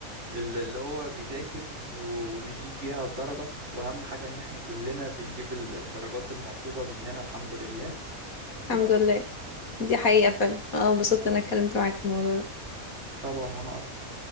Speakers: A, on the right (about 50°); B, on the left (about 70°).
A: ال- اللي هو بيذاكر و- وبيجيب بيها الدرجة وأهم حاجة إن إحنا كلنا بنجيب الدرجات المطلوبة مننا الحمد لله وبس
B: الحمد لله دي حقيقة فعلا أنا انبسطت إن أنا اتكلمت معاك في الموضوع ده
A: طبعا وأنا أكتر